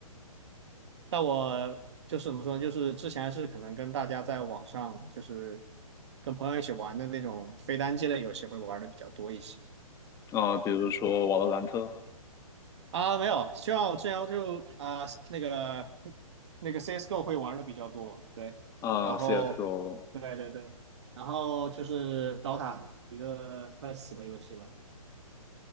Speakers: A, on the right; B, on the left.
A: 但我就是怎么说呢？就是之前是可能跟大家在网上，就是跟朋友一起玩的那种非单机类游戏会玩的比较多一些
B: 啊、比如说《瓦罗兰特》
A: 啊。没有，像我之前就啊、那个那个 CS:GO 会玩的比较多，对，
B: 啊，
A: 然后对对对，
B: 《CS:GO》。
A: 然后就是 DOTA 一个快死的游戏吧，